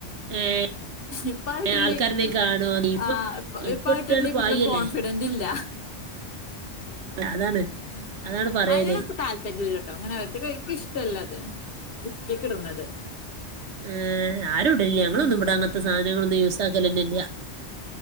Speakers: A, on the right; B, on the left.
A: ഏഹ്
B: ഇപ്പായിട്ടില്ലേ
A: ആൾക്കാരനെ കാണുവോ നീ ഇപ്പൊ
B: ആ
A: ഇപ്പൊ
B: ഇപ്പായിയിട്ടില്ലെ
A: ഇട്ടാണ് പായല്ലേ
B: കുട്ടിക കോൺഫിഡ ബൻ്റില്ല
A: അതാണ്
B: ഉം
A: അതാണ് പറയല്
B: അതിനോടക്ക താല്പര്യല്ലട്ടോ അങ്ങനെ അവർത്ത ക്കിഷ്ടല്ല അത് ലിഫ്റ്റിക്കിടുന്നത്
A: ഉം ആരും ഇടില്ല ഞങ്ങളൊന്നും
B: ഉം
A: ഇവിടെ അങ്ങനത്തെ സാധനങ്ങളൊന്നും യൂസ്സാക്കലന്നെ ഇല്ല